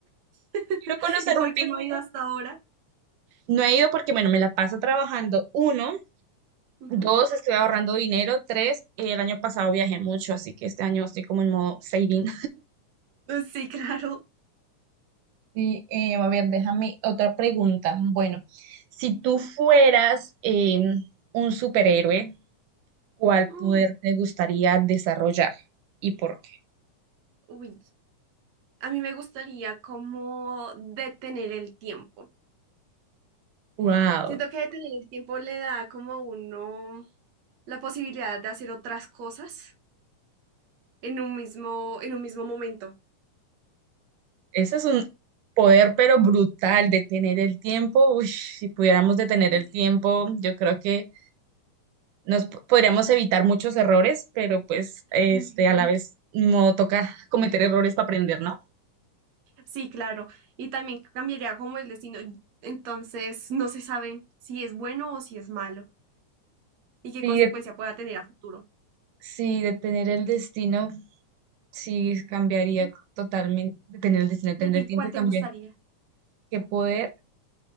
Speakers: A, on the right; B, on the right.
A: <laughs>
B: quiero conocer
A: ¿Y por
B: un pingüino.
A: qué no he ido hasta ahora?
B: No he ido porque, bueno, me la paso trabajando. Uno,
A: Ujú.
B: dos, estoy ahorrando dinero. Tres, el año pasado viajé mucho, así que este año estoy como en modo saving.
A: Eh, Sí, claro.
B: Sí, eh, a ver, déjame otra pregunta. Bueno, si tú fueras eh, un superhéroe, ¿cuál
A: Mm,
B: poder te gustaría desarrollar y por qué?
A: Uy, a mí me gustaría como detener el tiempo.
B: Wow,
A: Siento que detener el tiempo le da como a uno la posibilidad de hacer otras cosas en un mismo, en un mismo momento.
B: ese es un poder pero brutal, detener el tiempo. Uy, si pudiéramos detener
A: Sí.
B: el tiempo, yo creo que nos p- podríamos evitar muchos errores, pero pues este
A: Ujú.
B: a la vez no toca cometer errores para aprender, ¿no?
A: Sí, claro. Y también cambiaría como el destino. Entonces, no se sabe si es bueno o si es malo y qué
B: Sí,
A: consecuencia
B: de-
A: pueda tener a futuro.
B: sí, detener el destino. Sí, cambiaría
A: Ujú.
B: totalmente, tener, el-
A: ¿Y
B: tener
A: a ti
B: el tiempo,
A: cuál
B: cambiar
A: te gustaría?
B: que poder.